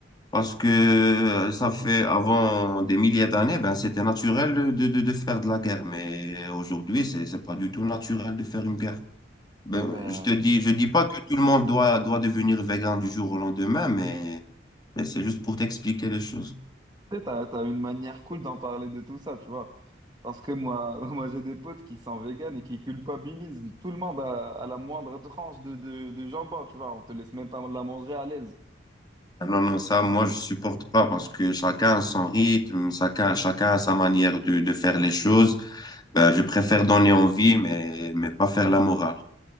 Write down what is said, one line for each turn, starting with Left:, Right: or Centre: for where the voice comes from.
Left: Parce que euh, ça fait avant des milliers d'années, ben, c'était naturel de, de, de faire de la guerre, mais aujourd'hui, c'est, c'est pas du tout naturel de faire une guerre. Ben,
Right: Bah,
Left: je te dis, je dis pas que tout le monde doit, doit devenir végan du jour au lendemain, mais, mais c'est juste pour t'expliquer les choses.
Right: tu sais, t'as, t'as une manière cool d'en parler de tout ça, tu vois. Parce que moi, <laughs> moi, j'ai des potes qui sont véganes et qui culpabilisent tout le monde à, à la moindre tranche de, de, de jambon, tu vois. On te laisse même pas la manger à l'aise.
Left: Ah Non, non, ça, moi, je supporte pas parce que chacun a son rythme, chacun, chacun a sa manière de, de faire les choses. Ben, je préfère donner envie, mais, mais pas faire la morale.